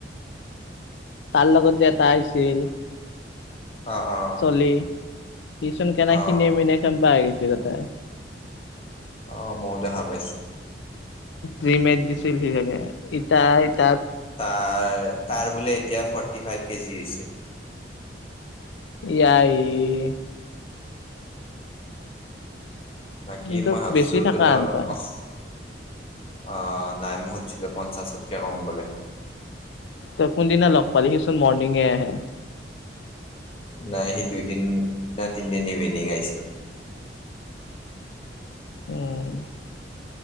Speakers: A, on the left (about 80°); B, on the left (about 30°).
A: তাৰ লগত যে এটা আহিছিল।
B: অ', অ'।
A: চলি সিচোন কেনেখিনি
B: অ
A: <unintelligible> পাই কিছু কথা।
B: অ', মও দেখা পাইছো।
A: জি মেট দিছিল সি চাগে। ইতাইত
B: তাৰ, তাৰ বোলে এতিয়া ফৰ্টি ফাইভ কেজি হৈছে।
A: ইআইই।
B: বাকী
A: তোক
B: মই ভাবছোঁ
A: বেছি থকা
B: তোৰলগত,
A: হেন পাই
B: অস অ', নাই মোহতছিলে পঞ্চাছতকে কম হবলে।
A: তই কোনদিনা লগ পালি? সিচোন মৰ্নিংয়ে আহে।
B: নাই সি দুইদিন নাই তিনিদিন ইভিনং আহিছিল।
A: উম